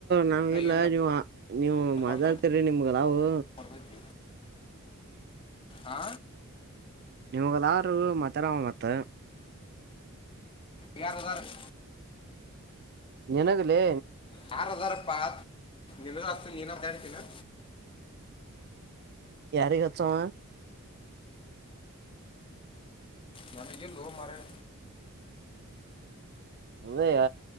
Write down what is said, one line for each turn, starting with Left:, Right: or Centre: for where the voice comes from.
Right: ನಾವ ಇಲ್ಲ
Left: ಏನ್ರ
Right: ನೀವು ನೀವು ಮಾತಾಡ್ತಿರಿ
Left: ಬಂದ್ರ
Right: ನಿಮ್ಗ ಆದಾವು.
Left: ಬರ್ತೈತಿ ಹಾ.
Right: ಇವ್ನಿಗ್ ಆದರೂ ಮಾತಾಡಾವ ಮತ್ತ.
Left: ಯಾರ ಅದರ್ರಿ.
Right: ನಿನಗಲೇ.
Left: ಯಾರದಾರ. ಪ ನಿನಗ ಹಚ್ತೇನಿ ನೀನ ಮಾತಾಡ್ತೀತೇನ.
Right: ಯಾರಿಗ ಹಚ್ಚಾವ್.
Left: ನನಗ ಇಲ್ಲೋ ಮಾರಾಯ.
Right: ಅದೇ